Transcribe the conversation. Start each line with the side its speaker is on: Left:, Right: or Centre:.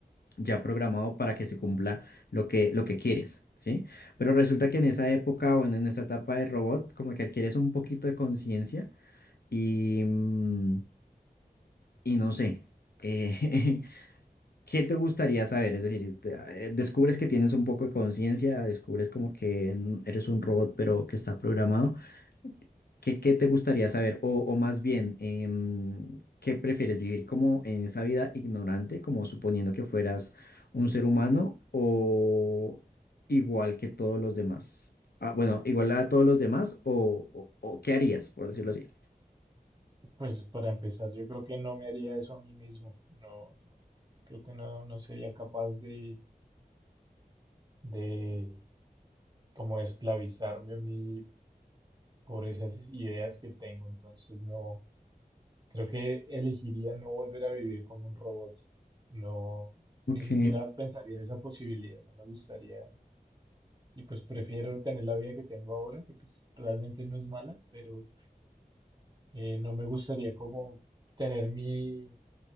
Left: ya programado para que se cumpla lo que, lo que quieres, ¿sí? Pero resulta que en esa época o en, en esa etapa de robot, como que adquieres un poquito de conciencia y, mm, y no sé. eh, <laughs> ¿Qué te gustaría saber? Es decir, te- eh, descubres que tienes un poco de conciencia, descubres como que en- eres un robot, pero que está programado. ¿Qué, qué te gustaría saber? O, o más bien, em, ¿qué prefieres vivir como en esa vida ignorante, como suponiendo que fueras un ser humano o igual que todos los demás? Ah, bueno, igual a todos los demás o, o- o ¿qué harías, por decirlo así?
Right: Eh, Pues para empezar, yo creo que no me haría eso a mí mismo. No, no, creo que no, no sería capaz de de como esclavizarme a mí por esas ideas que tengo. Entonces no, creo que elegiría no volver a vivir como un robot. No,
Left: Ok.
Right: ni siquiera pensaría en esa posibilidad, no me gustaría. Y pues prefiero tener la vida que tengo ahora, que pues realmente no es mala, pero eh, no me gustaría como tener mi,